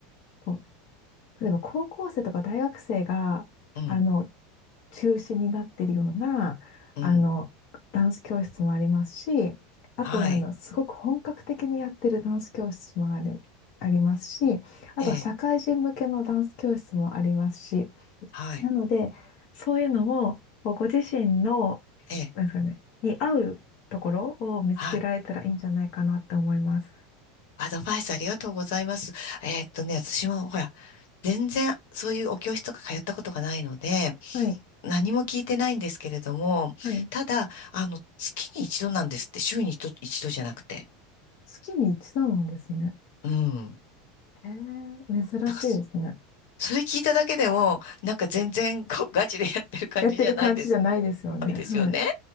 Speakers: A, on the left (about 45°); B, on the left (about 70°).
A: こう例えば高校生とか大学生が、
B: うん、
A: あの、中止になってるような、
B: うん。
A: あの、ダンス教室もありますし、あとは、
B: はい。
A: あの、すごく本格的にやってるダンス教室もある、ありますし、あとは社会人向けのダンス教室もありますし、
B: ええ、はい。
A: なので、そういうのも、こうご自身の、
B: ええ、
A: なんですかね、に合うところを見つけられたらいいんじゃないかなって思います。
B: はい。アドバイスありがとうございます。えーっとね、私もほら、全然そういうお教室とか通ったことがないので、
A: はい。
B: 何も聞いてないんですけれども、
A: はい。
B: ただ、あの、月に一度なんですって、週に一度、一度じゃなくて。
A: 月に一度なんですね。
B: うん。
A: へえ、珍しいですね。
B: だからそ、それ聞いただけでも、なんか全然こうガチでやってる感じじゃないです。
A: やってる感じじゃないですよね。
B: ないですよね。
A: はい。